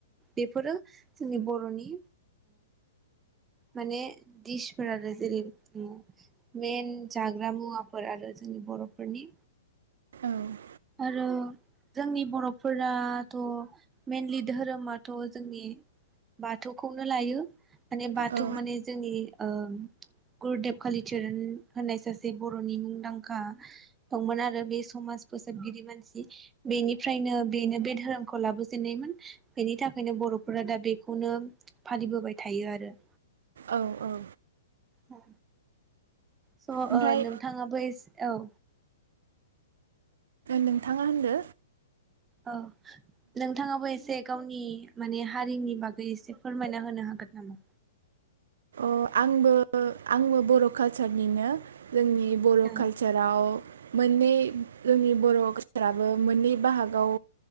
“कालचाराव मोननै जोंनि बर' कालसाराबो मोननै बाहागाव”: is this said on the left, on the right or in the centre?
Right